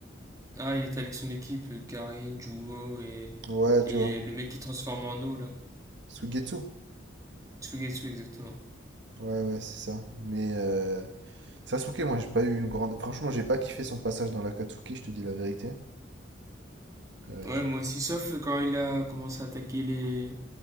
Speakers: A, on the right (about 15°); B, on the right (about 60°).
A: Ah, il était avec son équipe, euh, Karin, Juho et...
B: Ouais, tu
A: et
B: vois.
A: le mec qui transforme en eau, là.
B: Suigetsu.
A: Tsugetsu, exactement.
B: Ouais, ouais, c'est ça. Mais, euh, Sasuke, moi, j'ai pas eu une grande. Franchement, j'ai pas kiffé son passage dans l'Akatsuki, je te dis la vérité. Euh,
A: Ouais, moi aussi, sauf quand il a commencé à attaquer les.